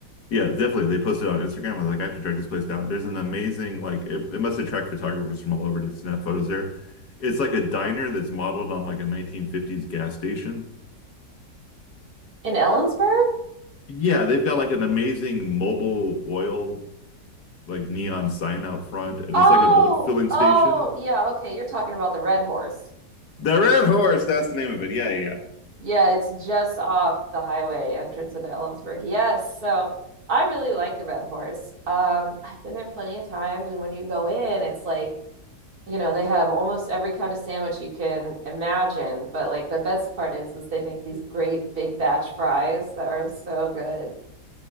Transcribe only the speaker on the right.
In Ellensburg?
Oh,
oh,
yeah. Okay. You're talking about the Red Horse.
Yeah. It's just off the highway entrance into Ellensburg. Yes. So I really like the Red Horse. Um, I've been there plenty of times. And when you go in, it's like, you know, they have almost every kind of sandwich you can imagine, but like the best part is is they make these great big batch fries that are so good.